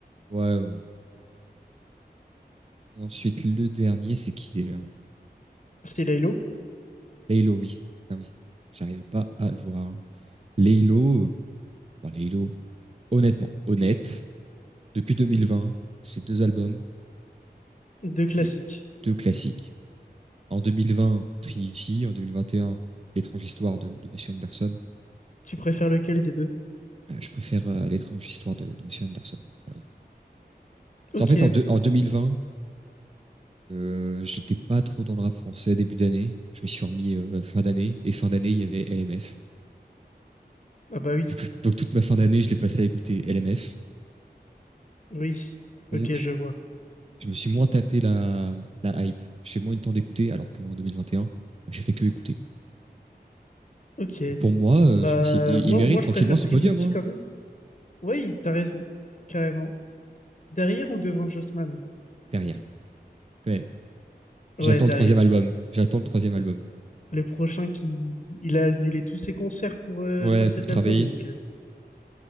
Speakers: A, on the right; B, on the left.
A: Ouais, ouais. Et ensuite, le dernier, c'est qui déjà?
B: C'est
A: C'est
B: Laylo.
A: Laylo, oui. Ah oui, j'arrive pas à le voir. Laylo, euh, bon, Laylo, honnêtement, honnête, depuis 2020, c'est deux albums
B: Deux classiques.
A: et deux classiques. En 2020, Trinity, en 2021, L'étrange histoire de, de Monsieur Anderson.
B: Tu préfères lequel des deux?
A: Euh, je préfère euh, L'étrange histoire de, de Monsieur Anderson. Voilà.
B: Ok.
A: En fait, en, deux- en 2020, euh, j'étais pas trop dans le rap français début d'année. Je m'y suis remis euh, fin d'année et fin d'année, il y avait LMF.
B: Ah bah oui.
A: Du coup, donc toute ma fin d'année, je l'ai passé à écouter LMF.
B: Oui.
A: Donc,
B: Ok, je vois.
A: je me suis moins tapé la, la hype. J'ai moins eu le temps d'écouter, alors qu'en 2021, j'ai fait que écouter.
B: Ok.
A: Donc pour moi, euh,
B: Bah,
A: je pense qu'il il-
B: moi,
A: il mérite
B: moi, je
A: tranquillement
B: préfère
A: son
B: Trinity
A: podium, hein,
B: quand même. Oui, t'as raison. Carrément. Derrière ou devant Jossman?
A: derrière, quand même.
B: Ouais,
A: J'attends
B: derrière.
A: le troisième album. J'attends le troisième album.
B: le prochain qui il a annulé tous ses concerts pour euh,
A: Ouais,
B: faire
A: pour
B: cet
A: travailler.
B: album donc euh,